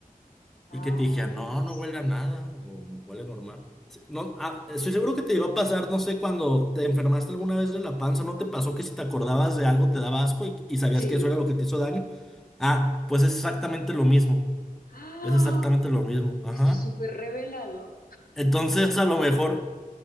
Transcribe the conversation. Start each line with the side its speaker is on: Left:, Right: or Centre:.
Left: Ay,
Centre: Y que te dijera, no,
Left: no sé.
Centre: no huele a nada, o huele normal. Sí, No, ah, estoy seguro que te llegó a pasar, no sé, cuando te enfermaste alguna vez de la panza, ¿no te pasó que si te acordabas de algo te daba asco y, y sabías
Left: Sí.
Centre: que eso era lo que te hizo daño? Ah, pues es exactamente lo mismo,
Left: ¡Ah!
Centre: es exactamente lo mismo, ajá.
Left: Esto es súper revelador.
Centre: Entonces, a lo mejor,